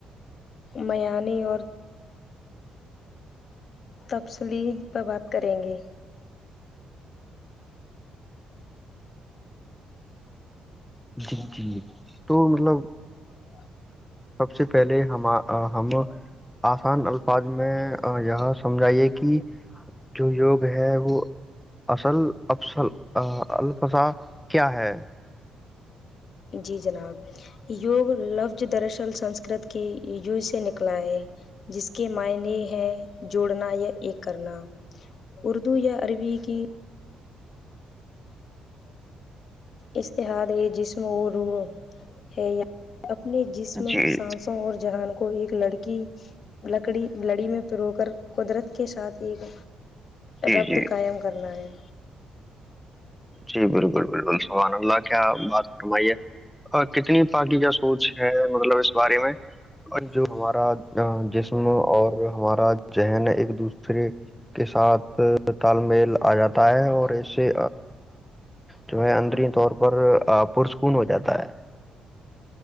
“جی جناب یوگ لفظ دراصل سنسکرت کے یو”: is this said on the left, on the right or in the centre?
Left